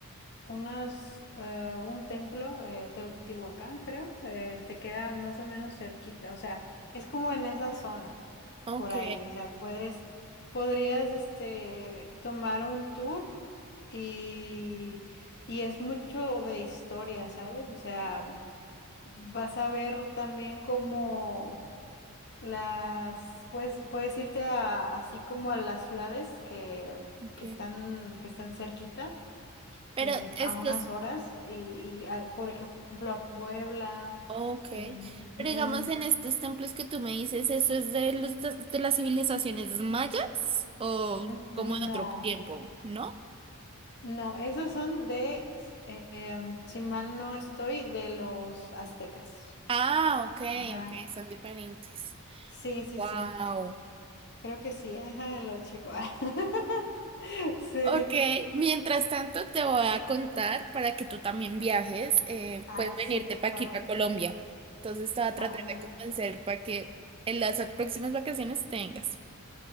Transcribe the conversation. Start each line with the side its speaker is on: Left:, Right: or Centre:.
Left: unas, eh, un templo, eh, Teotihuacán, creo, eh, te queda más o menos cerquita, o sea, es como en esa zona,
Right: ok,
Left: por ahí, o sea, puedes, podrías, este, tomar un tour y, y es mucho de historia, ¿sabes? O sea, vas a ver también como las, pues, puedes irte a- así como a las ciudades que,
Right: ok.
Left: que están, que están cerquita
Right: Pero
Left: eh,
Right: estos,
Left: a unas horas y, y, a- por ejemplo a Puebla.
Right: ok,
Left: em,
Right: pero
Left: ujú,
Right: digamos en estos templos que tú me dices, ¿eso es de los de las civilizaciones mayas o
Left: n-
Right: como de
Left: no,
Right: otro tiempo, ¿no?
Left: no, esos son de, eh, em, si mal no estoy, de los aztecas.
Right: Ah, ok,
Left: Ajá.
Right: ok, son diferentes.
Left: Sí, sí,
Right: Wow.
Left: sí. Creo que sí, eh, déjame lo checo. <laughs> Sí.
Right: Ok, mientras tanto te voy a contar para que tú también viajes, eh,
Left: Ah,
Right: puedes venirte
Left: sí, por
Right: para
Left: favor.
Right: aquí, para Colombia. Entonces te voy a tratar
Left: Ándale.
Right: de convencer para que en las próximas vacaciones tengas.